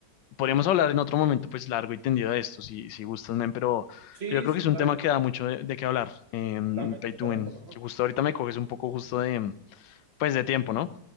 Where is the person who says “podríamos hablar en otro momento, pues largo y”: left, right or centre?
Left